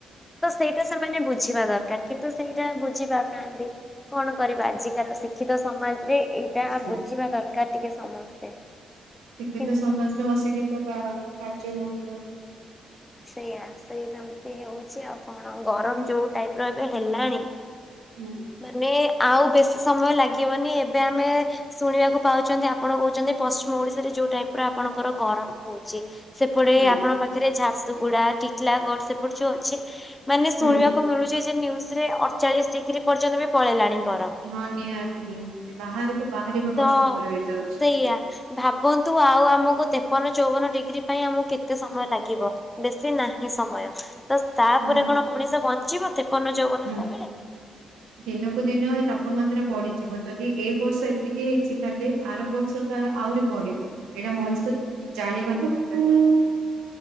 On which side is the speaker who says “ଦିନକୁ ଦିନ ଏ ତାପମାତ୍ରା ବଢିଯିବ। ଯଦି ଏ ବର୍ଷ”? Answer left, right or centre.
Right